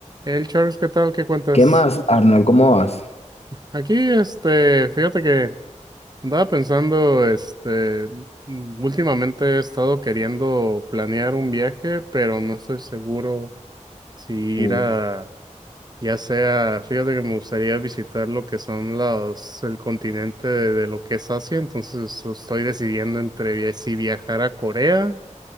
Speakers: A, on the right; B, on the left.
A: El Charles, ¿qué tal? ¿Qué cuentas?
B: ¿Qué más, Arnold? ¿Cómo vas?
A: Aquí, este, fíjate que andaba pensando, este, mm, últimamente he estado queriendo planear un viaje, pero no estoy seguro si ir
B: Uf,
A: a, ya sea, fíjate que me gustaría visitar lo que son los, el continente de, de lo que es Asia, entonces estoy decidiendo entre via- si viajar a Corea,